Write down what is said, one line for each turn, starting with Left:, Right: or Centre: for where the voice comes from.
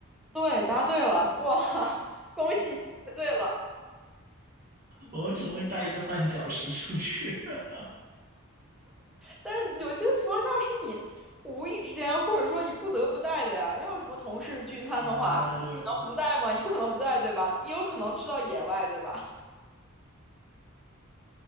Centre: 对，答对了，哇，<laughs> 恭喜你答对了。
Right: 我为什么会带一个绊脚石出去？<laughs>
Centre: 但是有些情况下是你无意之间，或者说你不得不带的呀。要是什么同事聚餐的话，
Right: 哎
Centre: 那你能不带吗？
Right: 呦，
Centre: 你不可能不带，对吧？也有可能去到野外，对吧？